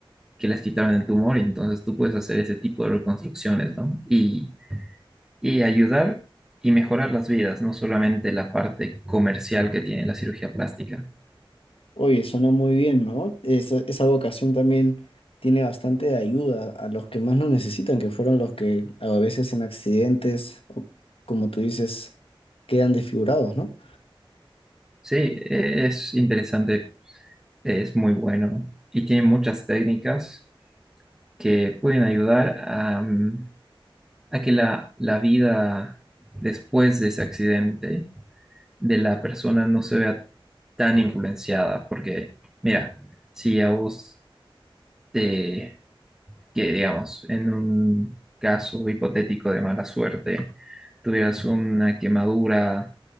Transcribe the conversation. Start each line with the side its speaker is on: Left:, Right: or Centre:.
Centre: que les quitaron el tumor y entonces tú puedes hacer ese tipo de reconstrucciones, ¿no? Y, y ayudar y mejorar las vidas, no solamente la parte comercial que tiene la cirugía plástica.
Left: Oye, suena muy bien, ¿no? Esa, esa vocación también tiene bastante ayuda a los que más lo necesitan, que fueron los que a veces en accidentes, o como tú dices, quedan desfigurados, ¿no?
Centre: Sí, eh, es interesante, es muy bueno y tiene muchas técnicas que pueden ayudar a mm, a que la, la vida después de ese accidente de la persona no se vea tan influenciada, porque mira, si a vos te, que digamos, en un caso hipotético de mala suerte, tuvieras una quemadura